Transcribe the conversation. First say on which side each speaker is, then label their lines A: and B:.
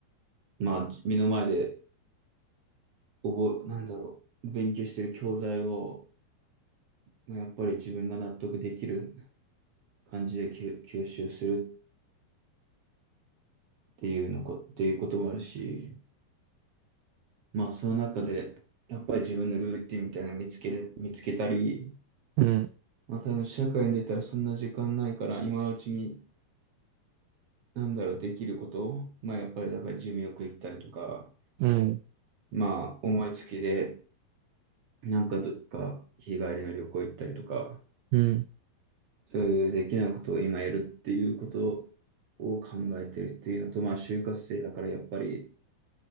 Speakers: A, on the right (about 55°); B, on the right (about 85°).
A: まあ、目の前で、覚え、なんだろう、勉強してる教材を、まあやっぱり自分が納得できる感じで吸吸収するっていうのこ、っていうこともあるし、まあその中で、やっぱり自分のルーティンみたいなの見つけれ、見つけたり、
B: うん、
A: まあ多分社会に出たらそんな時間ないから、今のうちに、なんだろう、できることを、まあやっぱりだからジムよく行ったりとか、
B: うん、
A: まあ思いつきで、なんかどっか日帰りの旅行行ったりとか、
B: うん、
A: そういうできないことを今やるっていうことを考えてるっていうのと、まあ就活生だからやっぱり、